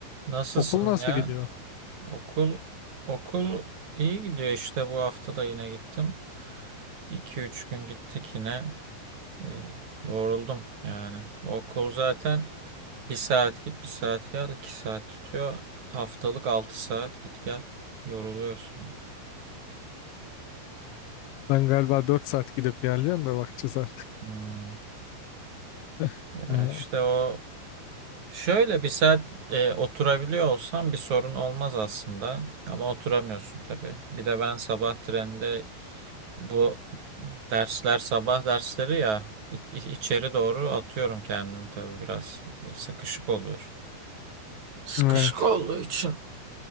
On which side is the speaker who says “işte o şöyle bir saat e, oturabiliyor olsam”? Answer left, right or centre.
Right